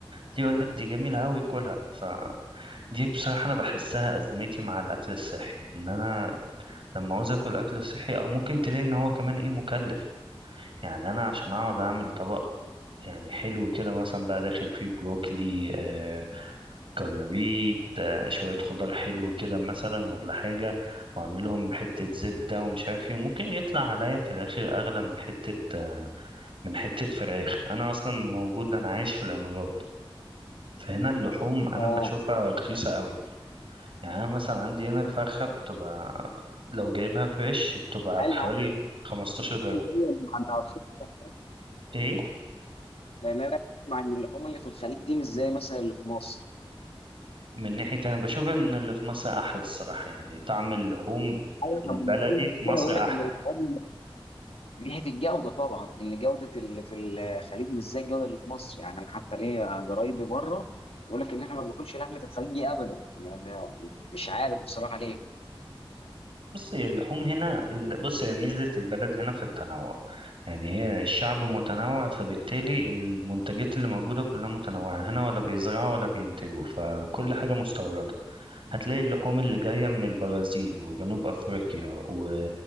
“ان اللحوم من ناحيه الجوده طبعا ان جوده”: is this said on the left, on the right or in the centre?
Left